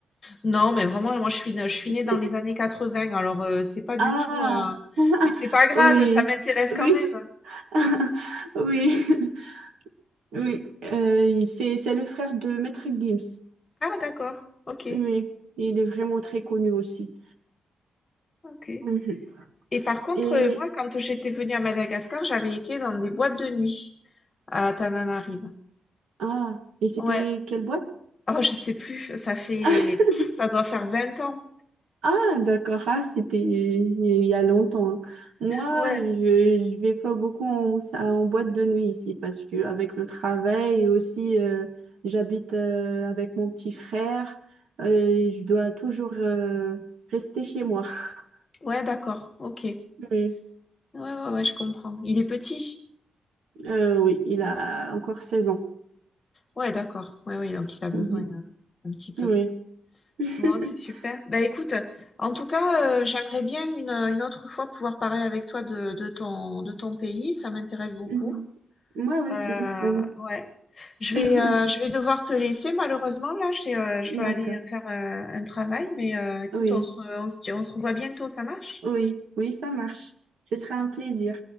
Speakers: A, on the left; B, on the right.
A: Non, mais vraiment, moi, je suis, née- je suis née
B: C'est...
A: dans les années quatre-vingts. alors euh, c'est pas du
B: Ah!
A: tout. euh,
B: <laughs>
A: Mais c'est pas grave,
B: Oui,
A: ça m'intéresse
B: oui,
A: quand même.
B: <laughs> oui, <laughs> oui. Euh, il- c'est, c'est le frère de Maître Gims.
A: Ah, d'accord. Ok,
B: Oui, il est vraiment très connu aussi.
A: ok.
B: Mhm.
A: Et par contre,
B: Et,
A: euh, moi, quand j'étais venue à Madagascar, j'avais été dans des boîtes de nuit à Tananarive.
B: ah, et c'était
A: Ouais.
B: quelle boîte?
A: Oh, je sais plus. Ça fait,
B: <laughs>
A: pff, ça doit faire 20 ans.
B: Ah, d'accord, ah, c'était il y a longtemps. Moi,
A: Ouais.
B: je, je vais pas beaucoup en, en boîte de nuit ici parce que avec le travail et aussi, euh, j'habite euh, avec mon petit frère et je dois toujours euh, rester chez moi. <laughs>
A: Ouais, d'accord. Ok. Ouais,
B: Oui,
A: ouais, ouais, je comprends. Il est petit.
B: euh, oui, il a encore seize ans.
A: Ouais, d'accord. Ouais, ouais, donc il a besoin
B: Mhm.
A: euh, un petit peu.
B: Oui. <laughs>
A: Bon, c'est super. Bah écoute, en tout cas, euh, j'aimerais bien une, euh, une autre fois pouvoir parler avec toi de, de ton, de ton pays. Ça m'intéresse beaucoup.
B: Mhm. Moi aussi.
A: Euh,
B: on-
A: ouais. Je
B: <laughs>
A: vais, euh, je vais devoir te laisser malheureusement. Là, j'ai, euh, je dois
B: D'accord.
A: aller euh, faire un, un travail. Mais euh, écoute,
B: Oui.
A: on se, re- on se, on se revoit bientôt. Ça marche?
B: Oui, oui, ça marche. Ce sera un plaisir.